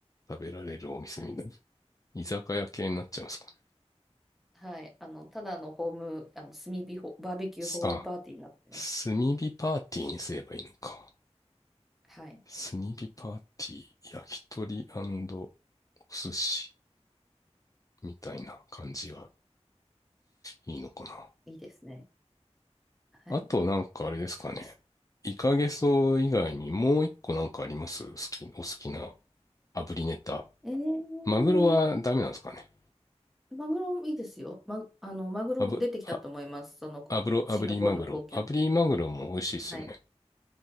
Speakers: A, on the left (about 30°); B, in the centre.
A: 食べられるお店みたいな。
B: はい。
A: 居酒屋系になっちゃいますかね。
B: はい。あの、ただのホーム、あの、炭火ホ、バーベキューホームパーティーになってます。
A: あ、炭火パーティーにすればいいのか。
B: はい。
A: 炭火パーティー、焼き鳥お寿司。みたいな感じがいいのかな。
B: いいですね。はい。
A: あとなんかあれですかね。
B: そうです。
A: イカゲソ以外にもう一個なんかあります好き、お好きな炙りネタ。
B: えー、
A: マグロはダメなんですかね。
B: マグロいいですよ。ま、あの、マグロ出てきたと思います。
A: あぶ、あ、
B: その、
A: 炙ろ、
B: あシンガポールの高級店。
A: 炙りマグロ。炙りマグロも美味しいっすよね。
B: はい。